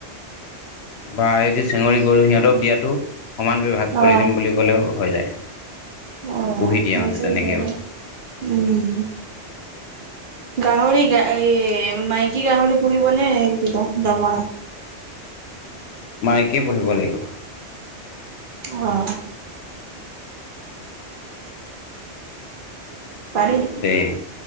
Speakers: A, on the left; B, on the right.
A: বা এইটো চেঙৰি, গৰু, সিহঁতক দিয়াটো, সমান <unintelligible> ভাগ কৰি
B: অ
A: দিম ক'লেও হৈ যায়।
B: অ',
A: পুহি দিয়ে
B: আছোঁ
A: মানে তেনেকৈও
B: ঘৰতে, উম। গাহৰি গ এই মাইকী গাহৰি পোহিব নে, এই দমৰা?
A: মাইকী পুহিব লাগিব।
B: অ'। পাৰি।
A: দে।